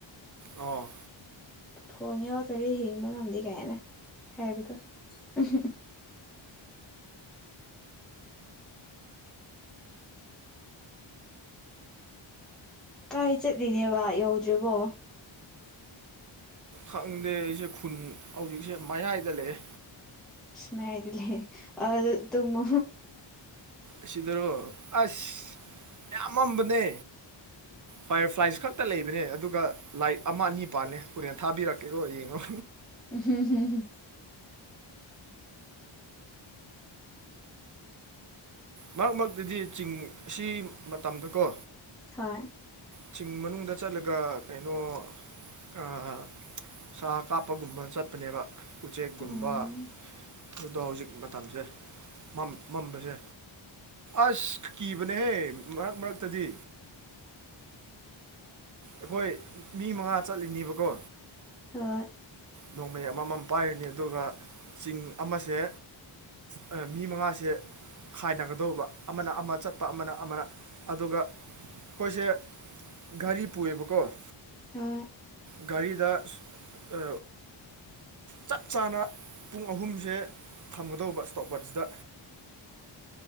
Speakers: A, on the right; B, in the centre.
A: ꯑꯣꯥ
B: ꯐꯣꯟ ꯌꯥꯎꯗꯔꯦ ꯍꯤꯡꯕ ꯉꯝꯗꯦ ꯀꯥꯏꯅ ꯍꯥꯏꯕꯗꯣ ꯎꯝ ꯎꯝ ꯀꯥꯏ ꯆꯠꯂꯤꯅꯦꯕ ꯌꯧꯗ꯭ꯔꯦꯕꯣ
A: ꯈꯪꯗꯦ ꯑꯩꯁꯦ ꯈꯨꯟ ꯍꯧꯖꯤꯛꯁꯦ ꯃꯌꯥꯏꯗ ꯂꯩꯑꯦ
B: ꯀꯃꯥꯏ ꯍꯥꯏꯗꯂ ꯇꯃ
A: ꯑꯁꯤꯗꯔꯣ ꯑꯁ ꯌꯥꯝꯃꯝꯕꯅꯦ ꯐꯌꯔ ꯐ꯭ꯂꯥꯏꯁ ꯈꯛꯇ ꯂꯩꯕꯅꯦ ꯑꯗꯨꯒ ꯂꯥꯏꯠ ꯑꯃ ꯑꯅꯤ ꯄꯥꯜꯂꯦ ꯍꯣꯔꯦꯟ ꯊꯥꯕꯤꯔꯛꯀꯦꯀꯣ ꯌꯦꯡꯉꯣ
B: ꯎꯝ ꯍꯝ
A: ꯃꯔꯛ ꯃꯔꯛꯇꯗꯤ ꯆꯤꯡ ꯑꯁꯤ ꯃꯇꯝꯗ ꯀꯣ
B: ꯍꯣꯏ
A: ꯆꯤꯡ ꯃꯅꯨꯡꯗ ꯆꯠꯂꯒ ꯀꯩꯅꯣ ꯑꯥ ꯁꯥ ꯀꯥꯞꯄꯒꯨꯝꯕ ꯆꯠꯄꯅꯦꯕ ꯎꯆꯦꯛꯒꯨꯝꯕ
B: ꯎꯝ
A: ꯑꯗꯨꯗꯣ ꯍꯧꯖꯤꯛ ꯃꯇꯝꯁꯦ ꯃꯝ ꯃꯝꯕꯁꯦ ꯑꯁ ꯀꯤꯕꯅꯦꯍꯦ ꯃꯔꯛ ꯃꯔꯛꯇꯗꯤ ꯑꯩꯈꯣꯏ ꯃꯤ ꯃꯉꯥ ꯆꯠꯂꯤꯅꯦꯕꯀꯣ
B: ꯊꯣꯏ
A: ꯅꯣꯡꯃꯩ ꯑꯃꯃꯝ ꯄꯥꯏꯔꯅꯤ ꯑꯗꯨꯒ ꯆꯤꯡ ꯑꯃꯁꯦ ꯑ ꯃꯤ ꯃꯉꯥꯁꯦ ꯈꯥꯏꯅꯒꯗꯧꯕ ꯑꯃꯅ ꯑꯃ ꯆꯠꯄ ꯑꯃꯅ ꯑꯃꯔꯛ ꯑꯗꯨꯒ ꯑꯩꯈꯣꯏꯁꯦ ꯒꯥꯔꯤ ꯄꯨꯑꯦꯕꯀꯣ
B: ꯍꯣꯏ
A: ꯒꯥꯔꯤꯗ ꯑ ꯆꯞ ꯆꯥꯅ ꯄꯨꯡ ꯑꯍꯨꯝꯁꯦ ꯊꯝꯒꯗꯧꯕ ꯏꯁꯇꯣꯞ ꯋꯠꯁꯗ